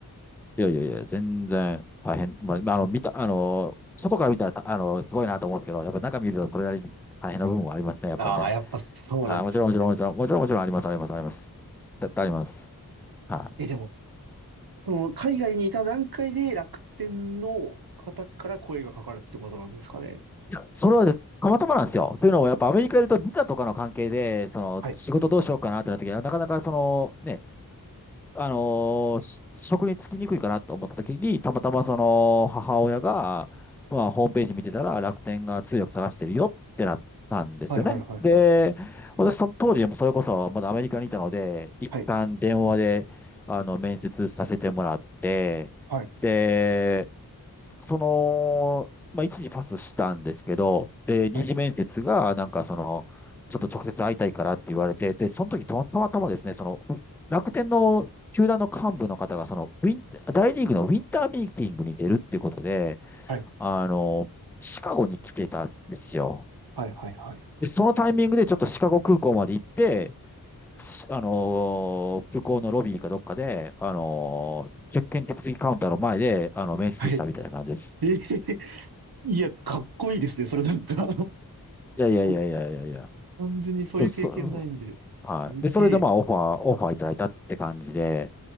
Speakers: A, in the centre; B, on the right (about 75°).
A: いやいやいや、全然大変。まあ、あの、見た、あの、外から見たら、あの、すごいなと思うけど、やっぱ中見るとそれなりに大変な部分もありますね、やっぱりね。
B: あー、やっぱそうなんですね。
A: あ、もちろん、もちろん、もちろん、もちろん、もちろんあります、あります、あります。絶対あります。は
B: え、でも、その、海外にいた段階で楽天の方から声がかかるってことなんですかね。
A: い。いや、それはねたまたまなんですよ。というのも、やっぱアメリカいるとビザとかの関係で、その仕事どうしようかなってなった時は、
B: はい。
A: なかなかそのね、あのーし職に就きにくいかなと思った時に、たまたまその母親が、まあ、ホームページ見てたら楽天が通訳探してるよってなったんですよね。
B: はいはいはいはい。
A: で、私その当時もそれこそまだアメリカにいたので、一旦電話であの面接させてもらって、
B: はい。はい。
A: で、その、まあ、一時パスしたんですけど、で、二次面接が、
B: はい。
A: なんかその、ちょっと直接会いたいからって言われて、で、その時たまたまたまですね、その、う楽天の球団の幹部の方が、その、ウィン、大リーグのウィンターミーティングに出るってことで、
B: はい。
A: あの、シカゴに来てたんですよ。
B: はいはいはい。
A: で、そのタイミングでちょっとシカゴ空港まで行って、しあのー空港のロビーかどっかで、あのー、チェックイン手続きカウンターの前で、あの、面接したみたいな感じです。
B: はい。えーいや、かっこいいですね。それなんか <laughs>
A: いやいやいやいやいやいや。
B: 僕完全にそういう経験ないんで。
A: そ、そ、そはい。
B: すげえ。
A: で、それでまあオファー、オファーいただいたって感じで。